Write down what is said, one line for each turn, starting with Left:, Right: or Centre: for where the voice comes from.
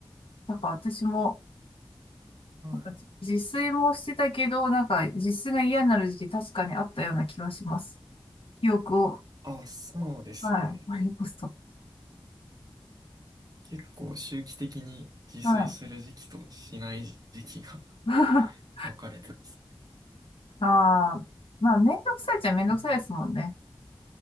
Left: なんか私も、
Right: はい。
Left: なんか自炊もしてたけど、なんか自炊が嫌になる時期確かにあったような気はします。記憶を、
Right: あ、そうですよね。
Left: はい、思い起こすと。
Right: 結構周期的に自炊する時期としない時期が
Left: はい。<laughs>
Right: <laughs> 分かれてます。
Left: ああ、まあ、めんどくさいっちゃめんどくさいですもんね。
Right: うん。